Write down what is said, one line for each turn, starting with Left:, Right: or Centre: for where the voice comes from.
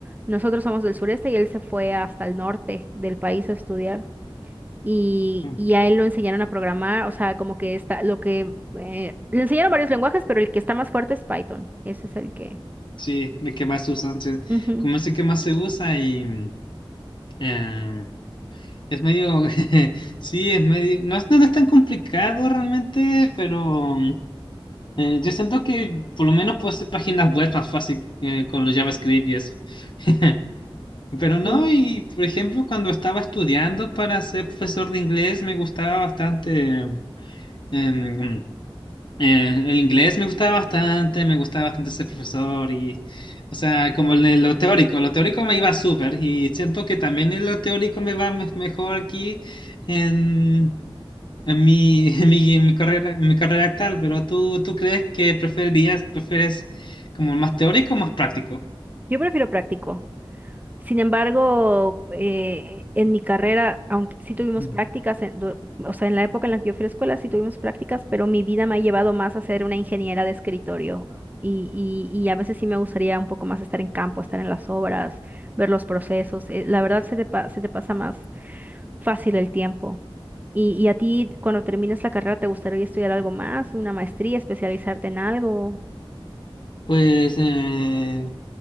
Right: nosotros somos del sureste y él se fue hasta el norte del país a estudiar. Y,
Left: Mm.
Right: y a él lo enseñaron a programar, o sea, como que está, lo que, eh, le enseñaron varios lenguajes, pero el que está más fuerte es Python. Ese es el que...
Left: Sí, de que más usan. sí.
Right: Ujú.
Left: Como sé que más se usa y mm, eh, es medio. <laughs> Sí, es medio. No es, no no es tan complicado realmente, pero mm, eh, yo siento que por lo menos puedo hacer páginas web más fácil eh, con los JavaScript y eso. <laughs> Pero no,
Right: Sí.
Left: y por ejemplo, cuando estaba estudiando para ser profesor de inglés, me gustaba bastante. em, Eh, el inglés me gustaba bastante, me gustaba bastante ser profesor y, o sea, como en lo teórico, lo teórico me iba súper y siento que también en lo teórico me va me- mejor aquí en, en mi, <laughs> en mi, en mi carrera, en mi carrera actual, pero ¿tú, tú crees que preferirías, prefieres como más teórico o más práctico?
Right: Yo prefiero práctico. Sin embargo, eh, en mi carrera, aunque sí tuvimos
Left: Mm.
Right: prácticas, en du- o sea, en la época en la que yo fui a la escuela sí tuvimos prácticas, pero mi vida me ha llevado más a ser una ingeniera de escritorio. Y, y, y a veces sí me gustaría un poco más estar en campo, estar en las obras, ver los procesos. eh, la verdad se te, pa- se te pasa más fácil el tiempo. Y, ¿Y a ti, cuando termines la carrera, te gustaría estudiar algo más, una maestría, especializarte en algo?
Left: Pues eh,